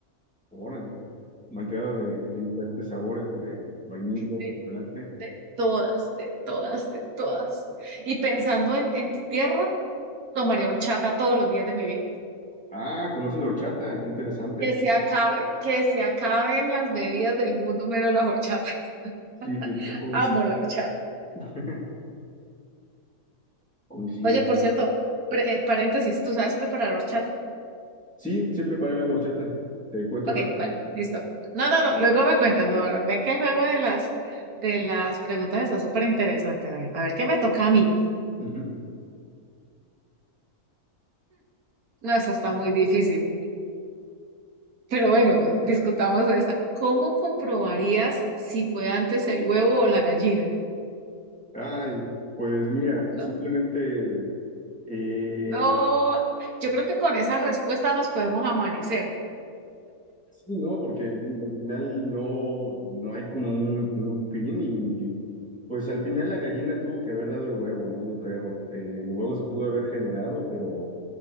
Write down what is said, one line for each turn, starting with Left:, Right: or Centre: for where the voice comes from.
Centre: órale. Malteada de, de diferentes sabores, de vainilla,
Right: De,
Centre: chocolate.
Right: de todas, de todas, de todas. Y pensando en, en tu tierra, tomaría horchata todos los días de mi vida.
Centre: Ah, conoce la horchata, qué interesante.
Right: Que se acabe, que se acaben las bebidas del mundo menos la horchata.
Centre: Sí,
Right: <laughs>
Centre: co- coincido.
Right: Amo la horchata.
Centre: <laughs> coincido.
Right: Oye, por cierto, pre- eh, paréntesis, ¿tú sabes preparar horchata?
Centre: Sí, sí preparé la horchata. Te cuento
Right: Ok,
Centre: rápido.
Right: vale, listo. No, no, no, luego me cuentas, no, ahora, ven que el juego de las, de las preguntas está súper interesante. A ver, a ver, ¿qué me toca a mí?
Centre: Ujú.
Right: No, esta está muy difícil, pero bueno, discutamos de esta. ¿Cómo comprobarías si fue antes el huevo o la gallina?
Centre: Ay, pues mira,
Right: No,
Centre: simplemente eh,
Right: no, yo creo que con esa respuesta nos podemos amanecer.
Centre: sí, ¿no? Porque digo, al final no, no hay como un, un fin y pues al final la gallina tuvo que haber dado el huevo, ¿no? Yo creo. Eh, el huevo se pudo haber generado, pero